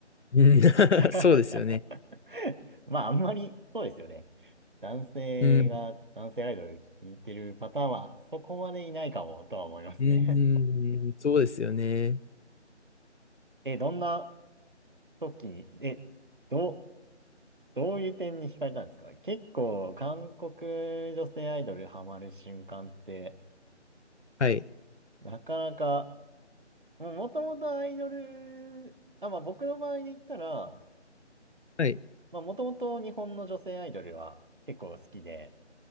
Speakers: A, on the left (about 70°); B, on the right (about 45°).
A: うん <laughs>
B: <laughs>
A: そうですよね。
B: まあ、あんまり、そうですよね。男性が、
A: うん。
B: 男性アイドル聴いてるパターンは、そこまでいないかも、とは思いますね。
A: うん、そうですよね。
B: <laughs> え、どんな時に、え、どう、どういう点に惹かれたんですか結構、韓国女性アイドルハマる瞬間って、
A: はい。
B: なかなか、もう元々アイドル、あ、まあ僕の場合で言ったら、
A: はい。
B: まあもともと日本の女性アイドルは結構好きで、